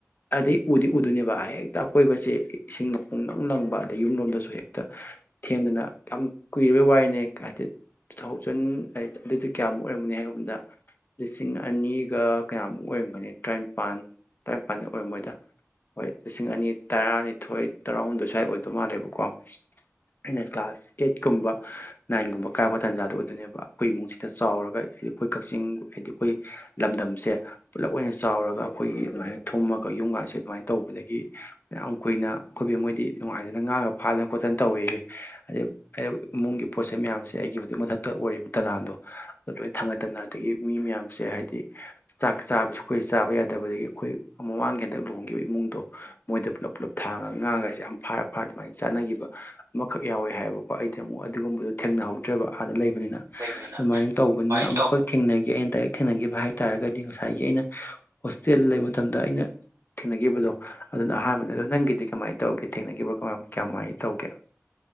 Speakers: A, on the left; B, on the right.
A: ꯑꯗꯩ ꯎꯗꯤ ꯎꯗꯣꯏꯅꯦꯕ ꯍꯦꯛꯇ ꯑꯀꯣꯏꯕꯁꯦ ꯏꯁꯤꯡꯅ ꯄꯨꯡꯅꯪ ꯅꯪꯕ ꯑꯗꯩ ꯌꯨꯝꯂꯣꯝꯗꯁꯨ ꯍꯦꯛꯇ ꯊꯦꯡꯗꯅ ꯌꯥꯝ ꯀꯨꯏꯔꯕꯩ ꯋꯥꯔꯤꯅꯦ ꯍꯥꯏꯗꯤ ꯇꯨ ꯊꯥꯎꯖꯟ ꯑꯩꯠ ꯑꯗꯨꯏꯗꯤ ꯀꯌꯥꯃꯨꯛ ꯑꯣꯏꯔꯝꯒꯅꯤ ꯍꯥꯏꯕꯗ ꯂꯤꯁꯤꯡ ꯑꯅꯤꯒ ꯀꯌꯥꯃꯨꯛ ꯑꯣꯏꯔꯝꯒꯅꯤ ꯇꯔꯥꯏꯝꯄꯥꯟ ꯇꯔꯥꯏꯝꯄꯥꯟꯗꯤ ꯑꯣꯏꯔꯝꯃꯣꯏꯗ ꯍꯣꯏ ꯂꯤꯁꯤꯡ ꯑꯅꯤ ꯇꯔꯥꯅꯤꯊꯣꯏ ꯇꯔꯥꯍꯨꯝꯗꯣꯏ ꯁ꯭ꯋꯥꯏ ꯑꯣꯏ ꯗꯨ ꯃꯥꯜꯂꯦꯕꯀꯣ ꯑꯩꯅ ꯀ꯭ꯂꯥꯁ ꯑꯦꯠꯀꯨꯝꯕ ꯅꯥꯏꯟꯒꯨꯝꯕ ꯀꯥꯏꯔꯛꯄ ꯇꯥꯟꯖꯥꯗ ꯑꯣꯏ ꯑꯗꯨꯣꯏꯅꯦꯕ ꯑꯈꯣꯏ ꯏꯃꯨꯡꯁꯤꯗ ꯆꯥꯎꯔꯒ ꯍꯥꯏꯗꯤ ꯑꯈꯣꯏ ꯀꯛꯆꯤꯡ ꯍꯥꯏꯗꯤ ꯑꯈꯣꯏ ꯂꯝꯗꯝꯁꯦ ꯄꯨꯂꯞ ꯑꯣꯏꯅ ꯆꯥꯎꯔꯒ ꯑꯈꯣꯏꯒꯤ ꯑꯗꯨꯃꯥꯏꯅ ꯊꯨꯝꯃꯒ ꯌꯨꯝꯒꯥꯁꯦ ꯑꯗꯨꯃꯥꯏꯅ ꯇꯧꯕꯗꯒꯤ ꯌꯥꯝ ꯀꯨꯏꯅ ꯑꯈꯣꯏ ꯕꯦꯝ ꯃꯣꯏꯗꯤ ꯅꯨꯡꯉꯥꯏꯗꯅ ꯉꯥꯒ ꯐꯥꯗꯅ ꯈꯣꯠꯇꯅ ꯇꯧꯋꯦꯌꯦ ꯑꯗꯩ ꯑꯩ ꯏꯃꯨꯡꯒꯤ ꯄꯣꯠ ꯆꯩꯩ ꯃꯌꯥꯝꯁꯦ ꯑꯩꯒꯤꯕꯨꯗꯤ ꯃꯊꯛꯇ ꯑꯣꯏꯔꯤꯕ ꯗꯂꯥꯟꯗꯣ ꯂꯣꯏꯅ ꯊꯥꯡꯒꯠꯇꯅ ꯑꯗꯒꯤ ꯃꯤ ꯃꯌꯥꯝꯁꯦ ꯍꯥꯏꯗꯤ ꯆꯥꯛ ꯆꯥꯕꯁꯨ ꯑꯈꯣꯏ ꯆꯥꯕ ꯌꯥ ꯇꯕꯗꯒꯤ ꯑꯩꯈꯣꯏ ꯃꯃꯥꯡꯒꯤ ꯍꯟꯇꯛ ꯂꯨꯍꯣꯡꯈꯤꯕ ꯏꯃꯨꯡꯗꯣ ꯃꯣꯏꯗ ꯄꯨꯂꯞ ꯄꯨꯂꯞ ꯊꯥꯡꯉꯒ ꯉꯥꯒꯖꯦ ꯌꯥꯝ ꯐꯔ ꯐꯔ ꯑꯗꯨꯃꯥꯏꯅ ꯆꯠꯅꯈꯤꯕ ꯑꯃꯈꯛ ꯌꯥꯎꯋꯦ ꯍꯥꯏꯌꯦꯕꯀꯣ ꯑꯩꯗꯤ ꯑꯃꯨꯛ ꯑꯗꯨꯒꯨꯝꯕꯗꯣ ꯊꯦꯡꯅꯍꯧꯗ꯭ꯔꯕ ꯑꯥꯗ ꯂꯩꯕꯅꯤꯅ ꯑꯗꯨꯃꯥꯏꯅ
B: ꯂꯩꯕꯅꯤꯅ
A: ꯇꯧꯕꯅꯤꯅ
B: ꯑꯗꯨꯃꯥꯏꯅ
A: ꯑꯃꯨꯛꯀ
B: ꯇꯧ
A: ꯊꯦꯡꯅꯒꯤ ꯑꯩꯅ ꯗꯥꯏꯔꯦꯛ ꯊꯦꯡꯅꯒꯤꯕ ꯍꯥꯏ ꯇꯥꯔꯒꯗꯤ ꯉꯁꯥꯏꯒꯤ ꯑꯩꯅ ꯍꯣꯁꯇꯦꯜ ꯂꯩꯕ ꯃꯇꯝꯗ ꯑꯩꯅ ꯊꯦꯡꯅꯒꯤꯕꯗꯣ ꯑꯗꯨꯅ ꯑꯍꯥꯟꯕꯅꯦ ꯑꯗꯣ ꯅꯪꯒꯤꯗꯤ ꯀꯃꯥꯏꯅ ꯇꯧꯒꯦ ꯊꯦꯡꯅꯒꯤꯕ ꯀꯃ ꯀꯝꯃꯥꯏꯅ ꯇꯧꯒꯦ